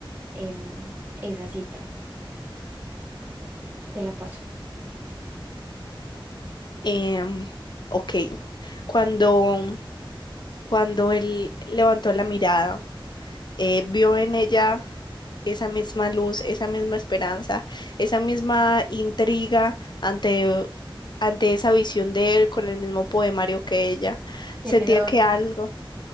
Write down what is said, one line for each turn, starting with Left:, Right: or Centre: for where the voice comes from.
Right: en esa cita. Te la paso.
Left: Em, ok. Cuando, cuando él levantó la mirada, eh, vio en ella esa misma luz, esa misma esperanza, esa misma intriga ante, ante esa visión de él con el mismo poemario que ella.
Right: Tenedor.
Left: Sentía que algo...